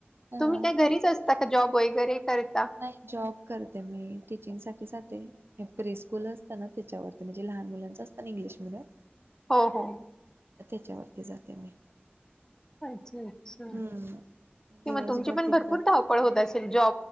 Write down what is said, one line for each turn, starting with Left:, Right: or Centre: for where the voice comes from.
Right: हा
Left: तुम्ही काय
Right: तेच
Left: घरीच असता का जॉब वगैरे करता
Right: नाही जॉब करते मी टीचिंग साठीचाते हे प्रे स्कूल असतता ना त्याच्यावरती म्हणजे लहान मुलांच असं ना इंग्लिश मिीडियम
Left: हा हा
Right: त्याच्यावरती जाते मी
Left: अच्छा अच्छा
Right: हम्म
Left: किंवा
Right: दिवसभर
Left: तुमची पण
Right: तिथं
Left: भरपूर ा अस ज